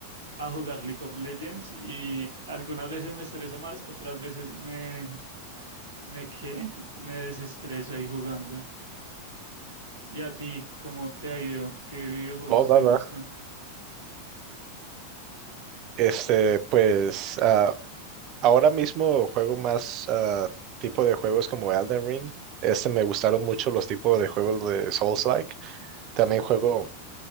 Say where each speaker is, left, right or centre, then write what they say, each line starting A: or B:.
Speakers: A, on the right; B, on the right.
A: a jugar League of Legends y algunas veces me estreso más, otras veces me, me ¿qué? Me desestreso ahí jugando. ¿Y a ti cómo te ha ido? ¿Qué videojuegos
B: Oh,
A: te
B: va,
A: gustan?
B: va. Este, pues ah, ahora mismo juego más ah, tipo de juegos como Elden Ring. Este me gustaron mucho los tipos de juegos de Souls-like. También juego